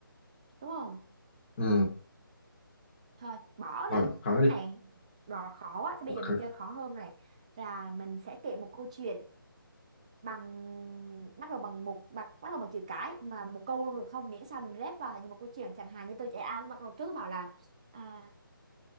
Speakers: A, on the right; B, on the left.
A: đúng không?
B: Ừ,
A: Thôi, bỏ
B: rồi
A: đi.
B: hỏi
A: Cái
B: đi.
A: này đò khó quá, thì bây
B: Vật
A: giờ mình
B: hả?
A: chơi khó hơn này. Là mình sẽ kể một câu chuyện bằng bắt đầu bằng một bắt bắt đầu bằng chữ cái mà một câu luôn được không miễn sao mình ghép vào thành một câu chuyện chẳng hạn như tôi chạy A lúc bắt đầu trước bảo là à,